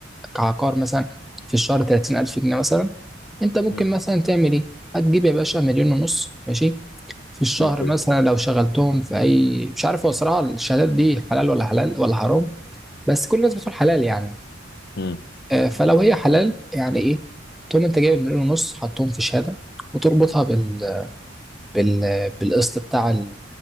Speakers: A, in the centre; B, on the left.
A: كعقار مثلا في الشهر 30000 جنيه مثلا انت ممكن
B: امم
A: مثلا تعمل ايه هتجيب يا باشا مليون ونص ماشي في الشهر
B: اوكي
A: مثلا لو شغلتهم في اي مش عارف هو صراحه الشهادات دي حلال ولا حلال ولا حرام بس كل الناس بتقول حلال يعني
B: امم
A: آه، فلو هي حلال يعني ايه تقوم انت جايب مليون ونص حطهم في شهاده وتربطها بال بال... بالقسط بتاع ال...